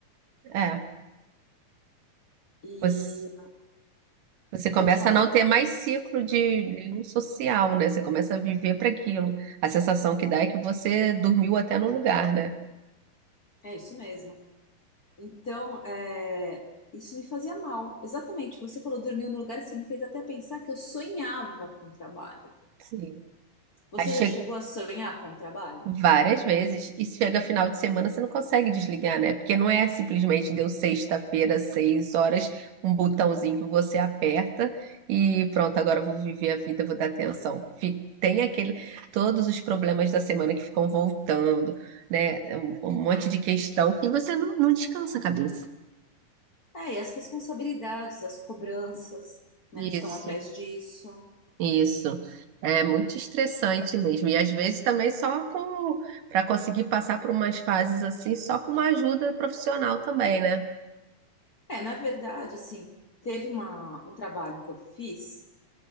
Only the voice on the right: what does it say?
É.
Você, você começa
a não ter mais ciclo de nenhum social, né? Você começa a viver para aquilo. A sensação que dá é que você dormiu até no lugar, né?
Sim.
Aí chega
várias vezes e chega final de semana você não consegue desligar, né? Porque não é simplesmente deu sexta-feira, seis horas, um botãozinho que você aperta e pronto, agora eu vou viver a vida, vou dar atenção. Fi- Tem aquele, todos os problemas da semana que ficam voltando, né? Um, um monte de questão que você não, não descansa a cabeça.
Isso.
Isso. É muito estressante mesmo. E às vezes também só com para conseguir passar por umas fases assim, só com uma ajuda profissional também, né?